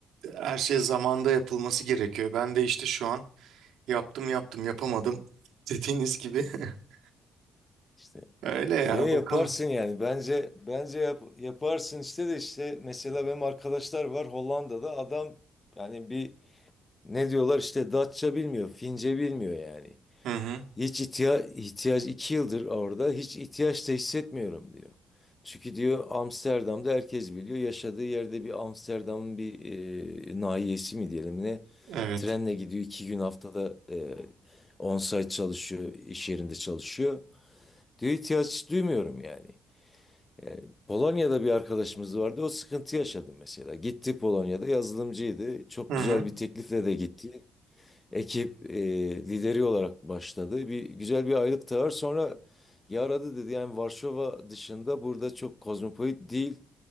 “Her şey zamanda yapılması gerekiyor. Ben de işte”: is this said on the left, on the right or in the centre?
Right